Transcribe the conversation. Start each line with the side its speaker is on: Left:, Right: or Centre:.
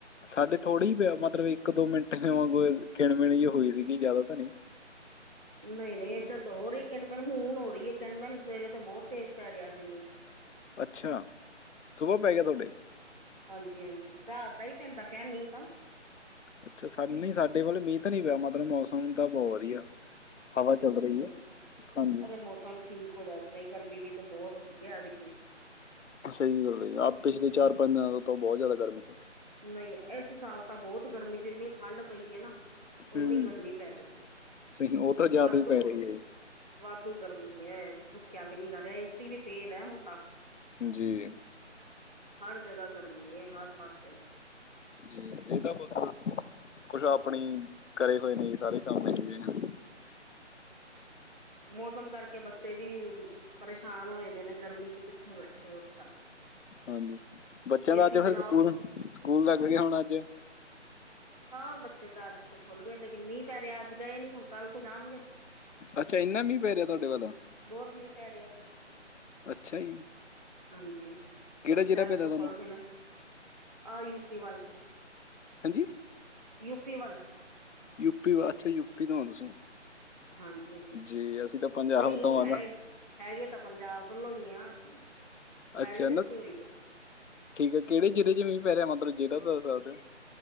Left: ਸਾਡੇ ਥੋੜੀ ਹੀ
Right: ਹੂੰ।
Left: ਪਿਆ ਮਤਲਬ ਇੱਕ ਦੋ ਮਿੰਟ ਹੂਏ ਕਿਣ ਮਿਣ ਜੀ ਹੋਈ ਸੀਗੀ ਜਾਦਾ ਤਾਂ ਨਈ।
Right: ਨਹੀਂ ਨਈਂ-ਨਈਂ ਇੱਧਰ ਤਾਂ ਹੋ ਰਹੀ ਕਿੰਨ ਮਿਨ ਹੁਨ ਹੋ ਰਹੀ ਹੈ ਕਿਨ ਮੀਨ ਸਵੇਰੇ ਤੋਂ ਬੌਤ ਤੇਜ਼ ਪੈ ਰਿਹਾ ਸੀ।
Left: ਅੱਛਾ ਸੁਬਾਹ ਪੈ ਗਿਆ ਤੁਹਾਡੇ।
Right: ਹਾਂਜੀ-ਹਾਂਜੀ ਰਾਤ ਦਾ ਹੀ ਪੈਂਦਾ ਪਿਆ ਮੀਂਹ ਤਾਂ।
Left: ਅੱਛਾ ਸਾਨੂੰ ਸਾਡੇ ਵਲ ਮੀਂਹ ਤਾਂ ਨੀ ਪਿਆ ਮਤਲਬ ਮੌਸਮ ਤਾਂ ਬੋਹ ਵਧੀਆ। ਹਵਾ ਚੱਲ
Right: ਅੱਛਾ।
Left: ਰਹੀ ਐ ਹਾਂਜੀ।
Right: ਅਰੇ ਮੌਸਮ ਠੀ ਕ ਹੋ ਗਿਆ ਸਹੀ ਗਰਮੀ ਵੀ ਤਾਂ ਬੌਤ ਸੀ ਐਦਕਿ।
Left: ਸਹੀ ਗੱਲ ਐ ਜੀ ਪਿਛਲੇ ਚਾਰ ਪੰਜ ਦਿਨਾਂ ਤੋਂ ਬੌਤ ਜਾਦਾ ਗਰਮੀ ਸੀ।
Right: ਨਈ ਇਸ ਸਾਲ ਤਾਂ ਬੌਤ ਗਰਮੀ ਜਿੰਨੀ ਠੰਢ ਪਈ ਏ ਨਾ
Left: ਹੂੰ
Right: ਓਨੀ ਗਰਮੀ ਪੈ ਰਹੀ ਏ
Left: ਸਹੀ ਉਹ ਤਾਂ ਜ਼ਿਆਦਾ
Right: ਵਾਧੂ
Left: ਹੀ ਪੈ ਰਹੀ ਹੈ
Right: ਵਾਧੂ ਗਰਮੀ ਏ ਰੁਕਿਆ ਵੀ ਨੀ ਜਾ ਰਿਹਾ ਏਸੀ ਵੀ ਫੇਲ ਹੈ ਹੁਣ ਤਾਂ।
Left: ਜੀ। ਜੀ
Right: ਹਰ ਜਗ੍ਹਾ ਗਰਮੀ ਏ ਹਰ ਪਾਸੇ।
Left: ਜ ਇਹਦਾ ਬਸ ਕੁਛ ਆਪਣੇ ਕਰੇ ਹੋਏ ਨੇ ਸਾਰੇ ਕੰਮ <unintelligible>
Right: ਮੌਸਮ ਕਰਕੇ ਬੱਚੇ ਵੀ ਪਰੇਸ਼ਾਨ ਹੋਏ ਦੇ ਨੇ ਗਰਮੀ ਚ ਕਿੱਥੇ ਬੈਠੇ ਉੱਠਣ।
Left: ਹਾਂਜੀ, ਬੱਚਿਆਂ
Right: ਏਸੀ
Left: ਦਾ ਅੱਜ ਫਿਰ
Right: ਚਲਾਓ
Left: ਸਕੂਲ, ਸਕੂਲ ਲੱਗ ਗਏ ਹੁਣ ਅੱਜ।
Right: ਹਾਂ, ਬੱਚੇ ਤਾਂ ਅੱਜ ਤੋਂ ਖੁੱਲ੍ਹ ਗਏ ਲੇਕਿਨ ਮੀਂਹ ਪੈ ਰਿਹਾ ਅੱਜ ਗਏ ਨੀ ਹੁਣ ਕੱਲ੍ਹ ਤੋਂ ਜਾਣਗੇ।
Left: ਅੱਛਾ ਇੰਨਾ ਮੀਂਹ ਪੈ ਰਿਹਾ ਤੁਹਾਡੇ ਵੱਲ
Right: ਬਹੁਤ ਮੀਂਹ ਪੈ ਰਿਹਾ ਸੀ।
Left: ਅੱਛਾ ਜੀ
Right: ਹਾਂਜੀ
Left: ਕਿਹੜਾ
Right: ਦੱਸ
Left: ਜ਼ਿਲ੍ਹਾ
Right: ਤੇ ਅੱਜ
Left: ਪੈਂਦਾ
Right: ਤੋਂ
Left: ਤੁਹਾਨੂੰ
Right: ਖੁੱਲ ਗਏ ਨੇ। ਆਹ ਯੂ ਪੀ ਵੱਲ
Left: ਹਾਂਜੀ।
Right: ਯੂ ਪੀ ਵੱਲ।
Left: ਯੂਪੀ ਵ ਅੱਛਾ ਯੂਪੀ ਤੋਂ ਤੁਸੀਂ।
Right: ਹਾਂਜੀ, ਹਾਂਜੀ
Left: ਜੀ ਅਸੀਂ ਤਾਂ ਪੰਜਾਬ
Right: ਨਹੀਂ
Left: ਤੋਂ ਆ
Right: ਹੈ
Left: ਨਾ
Right: ਹੈਗੇ ਤਾਂ ਪੰਜਾਬ ਵੱਲੋਂ ਹੀ ਆ ਅਸੀਂ। ਮੈਰਿਜ
Left: ਅੱਛਾ ਨਾ
Right: ਇੱਥੇ ਹੋਈ ਹੈ
Left: ਠੀਕ ਹੈ ਕਿਹੜੇ ਜ਼ਿਲ੍ਹੇ ਚ ਮੀਂਹ ਪੈ ਰਿਆ ਮਤਲਬ ਜ਼ਿਲ੍ਹਾ ਦੱਸ ਸਕਦੇ ਹੋ।